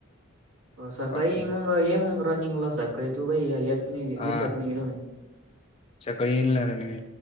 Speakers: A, on the right (about 80°); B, on the left (about 30°).
A: सकाळी
B: बाकी
A: मग ये मग रनिंगला सकाळी तू काही येत नाही
B: हा
A: दिसत नाही इड म
B: सकाळी येईलणार नाही